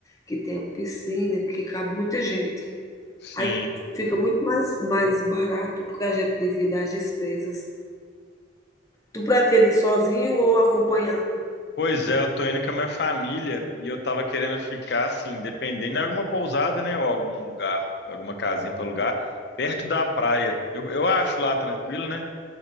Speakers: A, on the left; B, on the left.
A: que tenha piscina, que cabe muita gente.
B: Sim.
A: Aí fica muito mais mais barato, porque a gente divide as despesas. Tu pretende ir sozinho ou acompanhado?
B: Pois é, eu tô indo com a minha família e eu tava querendo ficar assim, dependendo de alguma pousada, né, ou algum lugar, alguma casinha para alugar, perto da praia. Eu, eu acho lá tranquilo, né?